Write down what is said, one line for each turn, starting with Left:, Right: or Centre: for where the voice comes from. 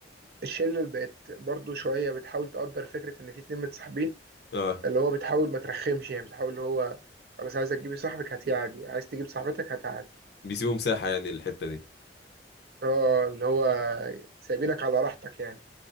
Right: الشله اللي بقت برضو شويه بتحاول تقدر فكره ان في اتنين متصاحبين
Left: اه
Right: فاللي هو بتحاول ما ترخمش يعني بتحاول اللي هو خلاص عايز تجيبي صاحبك هات عادي عايز تجيب صاحبتك هات عادي
Left: بيسيبوا مساحه يعني الحته دي
Right: اه اللي هو سايبينك على راحتك يعني